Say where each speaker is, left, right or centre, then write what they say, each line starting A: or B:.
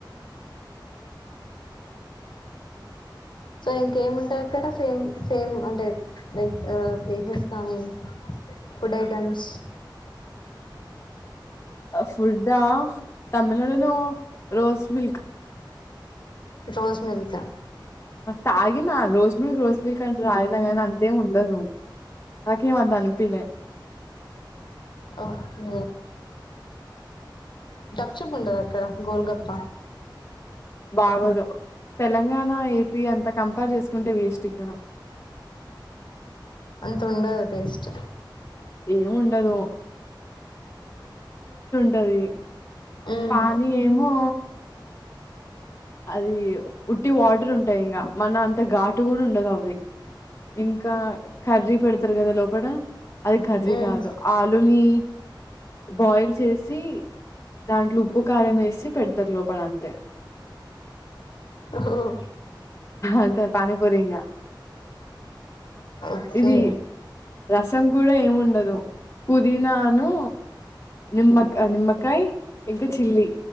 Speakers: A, on the left (about 70°); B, on the left (about 35°).
A: సో ఇంకేముంటక్కడ సేమ్ సేమ్ అంటే లైక్ ప్లేసెస్ కానీ ఫుడ్ ఐటెమ్స్
B: ఫుడ్డా తమిళనాడులో రోస్ మిల్క్
A: రోజ్ మీల్కా
B: తాగినా రోజ్ మిల్క్ రోజ్ మిల్కన్త తాగిన కానీ అంతేం ఉండదు నాకేం అంత అనిపీలే
A: ఓకె గప్చప్ ఉండద అక్కడ గోల్ గప్ప
B: బాగోదు తెలంగాణ ఏపీ అంతా కంపేర్ చేస్ కుంటే వేస్టిక్కడ
A: ఇంతగుండద టేస్ట్
B: ఏముండదు టది
A: మ్మ్
B: పానీ ఏమో అది ఉట్టి వాటర్ ఉంటాయి ఇంగా మన అంత ఘాటు కూడా ఉండదు అవి ఇంకా కర్రీ పెడతారు కదా లోపట అది ఖర్రి
A: మ్మ్
B: కాదు ఆలుని బాయిల్ చేసి దాంట్లో ఉప్పుకారం వేసి పెడతారు లోపల అంతే
A: హో
B: అంతే పానీపూరిఇంగ
A: ఓకే
B: ఇది రసం కూడా ఏముం ఉండదు పుదీనాను నిమ్మకా నిమ్మకాయ ఇంకా చిల్లీ